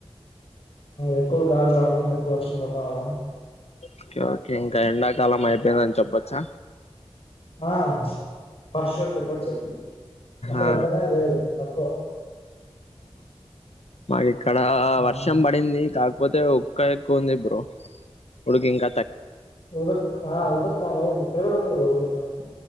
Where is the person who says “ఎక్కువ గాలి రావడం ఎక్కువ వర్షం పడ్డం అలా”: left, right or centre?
Left